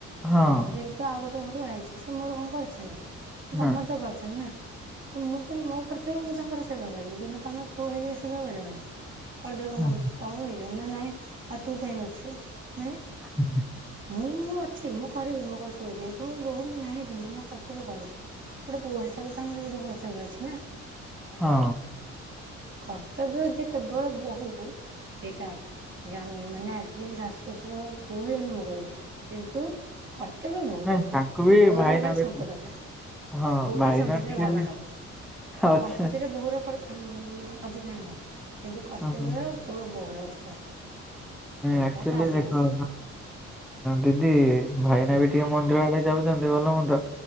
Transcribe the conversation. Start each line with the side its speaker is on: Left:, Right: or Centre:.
Centre: ହଁ
Right: ମୁଁ ଯେହେତୁ ଆଉ ଗୋଟେ ଘରୁ ଆଇଛି ସେ ମୋର କଣ କରିଛନ୍ତି? ତମର
Centre: ନା
Right: ତ କରିଛନ୍ତି ନା। ତ ମୁଁ କିନ୍ତୁ ମୋ କର୍ତଵ୍ୟ ମୁଁ ତାଙ୍କର ସେବା କରିବି କିନ୍ତୁ ତମେ ପୁଅ ହେଇକି ସେବା କରିବନି। କରିଦେଲେ କଣ
Centre: ହଁ
Right: ତମେ ତଳକୁ ହେଇଯିବ ନା ନାଇଁ ଆଉ ତୁ କାଇଁ ଅଛୁ। ମାନେ
Centre: ହୁଁ। <inaudible>
Right: ମୁଁ ମୁଁ ଅଛି ମୁଁ କରିବି ମୋ କର୍ତବ୍ୟ ଯେହେତୁ ମୁଁ ବୋହୁ ମୁଁ ଜାଣିଛି ମୁଁ ମୋ କର୍ତ୍ତବ୍ୟ କରିବି। ଗୋଟେ ପୁଅ ହିସାବରେ ତମର ବି ତ କର୍ତ୍ତବ୍ୟ ଅଛି ନା।
Centre: ହଁ।
Right: କର୍ତ୍ତବ୍ୟ ଯେ କେବଳ ବୋହୁକୁ ସେଇଟା ଜନ୍ ମାନେ ଆଜିକାଲି ଶାଶୁ ଶଶୁର ପୁଅ ଜନ୍ମ କରିବ କିନ୍ତୁ କର୍ତ୍ତବ୍ୟ ବୋହୁ
Centre: ନାଇଁ
Right: କରିବ
Centre: ତାଙ୍କୁ ବି
Right: ପୁଅର
Centre: ଭାଇନା
Right: ଖାଲି
Centre: ବି
Right: ସମ୍ପ ଦରକାର।
Centre: ହଁ
Right: ପୁଅ
Centre: ଭାଇନା
Right: ଖାଲି ସମ୍ପତ୍ତିରେ
Centre: ଟିକେ
Right: ଭାଗ
Centre: ବି
Right: ନବ
Centre: ଅଛି
Right: ସମ୍ପତିରେ ବହୁ ର ଅଧିକାର ନାହି କିନ୍ତୁ କର୍ତ୍ତବ୍ୟ
Centre: ହଁ ହଁ
Right: କେବଳ ବହୁ ର ଅଧିକାର। ସେଇଟା
Centre: ଆକ୍ଚୁଆଲି
Right: ହେଲା ଆଜିକାଲି
Centre: ଦେଖ ଦିଦି ଭାଇ ବି ଟିକେ ମନ୍ଦିର ଆଡେ ଯାଉଛନ୍ତି ଭଲ ମନ୍ଦ